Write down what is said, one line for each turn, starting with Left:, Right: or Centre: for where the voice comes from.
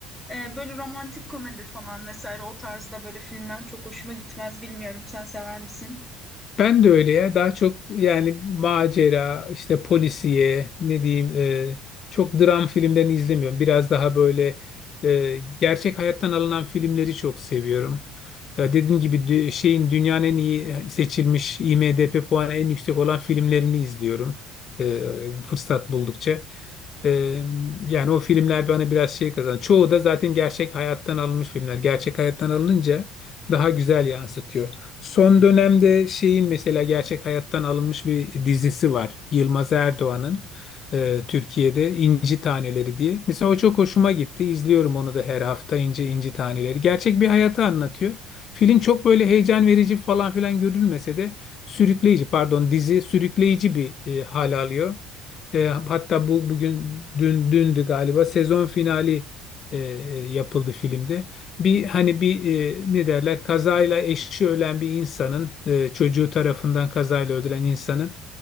Centre: e, böyle romantik komedi falan vesaire o tarzda böyle filmler çok hoşuma gitmez. Bilmiyorum sen sever misin?
Left: Ben de öyle ya. Daha çok yani macera, işte polisiye, ne diyeyim, e, çok dram filmlerini izlemiyorum. Biraz daha böyle e, gerçek hayattan alınan filmleri çok seviyorum. E, dediğim gibi dü- şeyin dünyanın en iyi seçilmiş IMDb puanı en yüksek olan filmlerini izliyorum. E, fırsat buldukça. E, yani o filmler bana biraz şey kazan. Çoğu da zaten gerçek hayattan alınmış filmler. Gerçek hayattan alınınca daha güzel yansıtıyor. Son dönemde şeyin mesela gerçek hayattan alınmış bir dizisi var. Yılmaz Erdoğan'ın e, Türkiye'de İnci Taneleri diye. Mesela o çok hoşuma gitti. İzliyorum onu da her hafta İnci İnci Taneleri. Gerçek bir hayatı anlatıyor. Film çok böyle heyecan verici falan filan görülmese de sürükleyici pardon dizi sürükleyici bir e, hal alıyor. E, hatta bu bugün dün dündü galiba sezon finali e, e, yapıldı filmde. Bir hani bir e, ne derler kazayla eşi ölen bir insanın e, çocuğu tarafından kazayla öldüren insanın